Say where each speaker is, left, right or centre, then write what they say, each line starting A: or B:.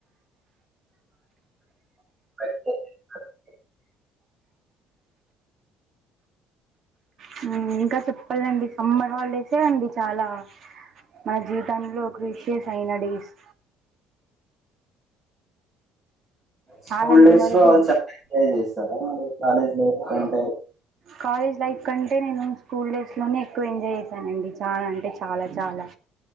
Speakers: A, on the right; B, on the right.
A: <inaudible>
B: హు ఇంకా చెప్పలాంటే సమ్మర్ హాలిడేసే అండి చాలా మన జీవితంలో క్రూసియస్ అయిన డేస్
A: స్కూల్
B: చాలా మెమొరబుల్
A: డేస్ లో చాలా ఎంజాయ్ చేస్తారా మీరు కాలేజ్ లైఫ్ కంటే
B: కాలేజ్ లైఫ్ కంటే నేను స్కూల్ డేస్లోనే ఎక్కువ ఎంజాయ్ చేశానండి చాలా అంటే చాలా చాలా